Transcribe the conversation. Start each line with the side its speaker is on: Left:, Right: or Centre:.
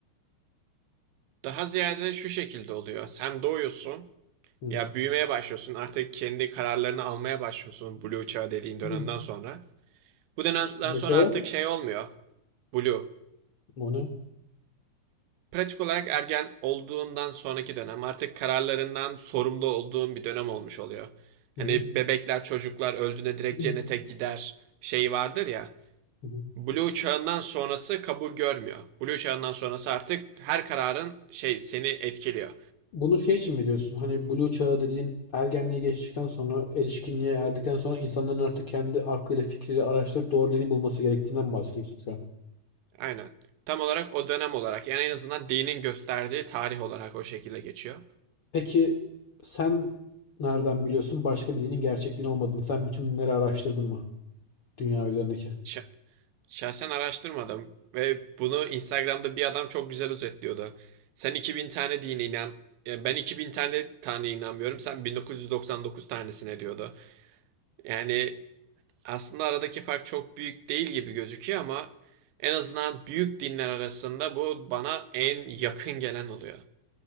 Right: Daha ziyade şu şekilde oluyor. Sen doğuyorsun.
Left: Hı.
Right: Ya büyümeye başlıyorsun. Artık kendi kararlarını almaya başlıyorsun. Blue çağı dediğin
Left: <clears throat>
Right: dönemden
Left: Hı.
Right: sonra. Bu dönemden
Left: Ne
Right: sonra
Left: çağı?
Right: artık şey olmuyor. Blue.
Left: O ne?
Right: Pratik olarak ergen olduğundan sonraki dönem artık kararlarından sorumlu olduğun bir dönem olmuş oluyor.
Left: Hı
Right: Hani
Left: hı.
Right: bebekler çocuklar öldüğünde direkt
Left: <clears throat>
Right: cennete gider şeyi vardır ya.
Left: Hı hı.
Right: Blue çağından sonrası kabul görmüyor. Blue çağından sonrası artık her kararın şey seni etkiliyor.
Left: Bunu şey için mi diyorsun? Hani Blue çağı dediğin ergenliğe geçtikten sonra, erişkinliğe erdikten sonra insanların artık kendi aklıyla fikriyle araştırıp doğru dini bulması gerektiğinden mi bahsediyorsun şu an.
Right: Aynen. Tam olarak o dönem olarak yani en azından dinin gösterdiği tarih olarak o şekilde geçiyor.
Left: Peki sen nereden biliyorsun başka bir dinin gerçek din olmadığını? Sen bütün dinleri araştırdın mı? Dünya üzerindeki.
Right: Ş- şahsen araştırmadım ve bunu Instagram'da bir adam çok güzel özetliyordu. Sen 2000 tane dine inan, ya ben 2000 tane tane inanmıyorum. Sen 1999 tanesine diyordu. Yani aslında aradaki fark çok büyük değil gibi gözüküyor ama en azından büyük dinler arasında bu bana en yakın gelen oluyor.